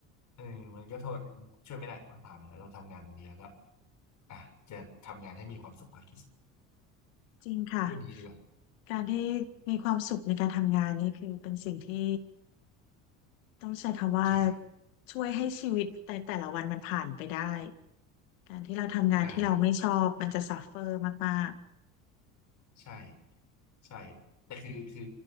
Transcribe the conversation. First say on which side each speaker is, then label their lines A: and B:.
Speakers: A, on the left; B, on the left.
A: เออมันก็โทษช่วยไม่ได้มันผ่านมาแล้วเราทำงานตรงนี้แล้วก็อ่ะจะทำงานให้มีความสุขมากที่สุด
B: จริงค่ะ
A: พูดดีดีกว่า
B: การที่มีความสุขในการทำงานนี่คือเป็นสิ่งที่ต้องใช้คำว่า
A: ใช่
B: ช่วยให้ชีวิตแต่แต่ละวันมันผ่านไปได้การที่เราทำงานที่เราไม่ชอบมันจะซัฟเฟอร์มาก
A: อ่าใช่ใช่แต่คือคือ